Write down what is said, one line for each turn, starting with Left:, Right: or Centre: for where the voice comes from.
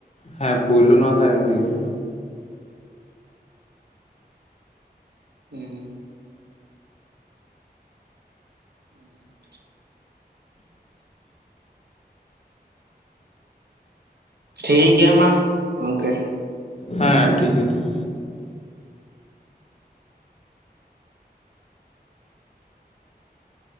Left: ᱦᱮᱸ ᱯᱩᱭᱞᱩ ᱱᱚᱣᱟ ᱫᱚ ᱮᱢ ᱦᱩᱭ ᱠᱟᱱᱟ᱾
Right: ᱦᱮᱸ <unintelligible> ᱴᱷᱤᱠ ᱜᱮᱭᱟ ᱢᱟ ᱜᱚᱢᱠᱮ
Left: ᱦᱮᱸ ᱴᱷᱤᱠ ᱜᱮᱭᱟ ᱴᱷᱤᱠ